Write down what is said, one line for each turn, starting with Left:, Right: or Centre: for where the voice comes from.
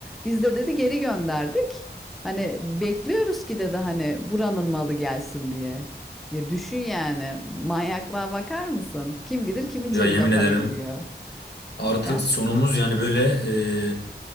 Centre: Biz de dedi geri gönderdik. Hani bekliyoruz ki dedi hani buranın malı gelsin diye. Ya düşün yani manyaklığa bakar mısın? Kim bilir kimin
Left: Ya
Centre: cebine
Left: yemin ederim
Centre: para giriyor
Left: Artık
Centre: ya.
Left: sonumuz yani böyle e,